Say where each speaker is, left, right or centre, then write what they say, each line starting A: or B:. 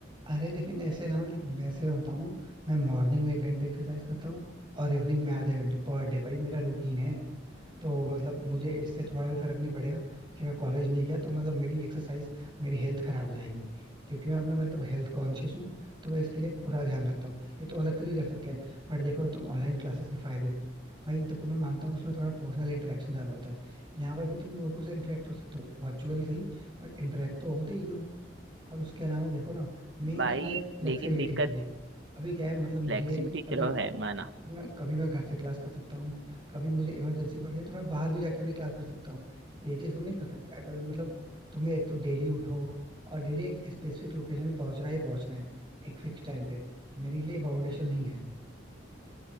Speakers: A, on the right; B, on the right.
A: अरे लेकिन ऐसे ना लेकिन वैसे बताऊं मैं मॉर्निंग में एक घंटे एक्सरसाइज करता हूँ और इवनिंग में आधे घंटे पर डे भाई मेरा रूटीन है तो मतलब मुझे इससे थोड़ा भी फर्क नहीं पड़ेगा कि मैं कॉलेज नहीं गया तो मतलब मेरी एक्सरसाइज मेरी हेल्थ खराब हो जाएगी क्योंकि मैं अपना मतलब हेल्थ कॉन्शियस हूँ तो मैं इसके लिए पूरा ध्यान रखता हूँ ये तो अलग से भी कर सकते हैं बट देखो ना तुम ऑनलाइन क्लासेस के फायदे भाई देखो मैं मानता हूँ उसमें थोड़ा पर्सनल इंटरेक्शन ज्यादा होता है यहाँ पर भी तुम लोगों से इंटरेक्ट हो सकते हो वर्चुअली सही बट इंटरेक्ट तो होते ही हो और उसके अलावा देखो ना मेन
B: भाई
A: चीज भाई फ्लेक्सिबिलिटी
B: लेकिन दिक्कत
A: की है अभी क्या है मतलब मुझे
B: फ्लेक्सिबिलिटी
A: कभी
B: चलो है माना
A: मैं कभी मैं घर से क्लास कर सकता हूँ कभी मुझे इमरजेंसी पड़ जाए तो मैं बाहर भी जाके अपनी क्लास कर सकता हूँ ये चीज तुम नहीं कर सकते अगर मतलब तुम्हें एक तो डेली उठो और डेली एक स्पेसिफिक लोकेशन पहुंचना ही पहुंचना है एक फिक्स टाइम पे मेरे लिए बाउंडेशन नहीं है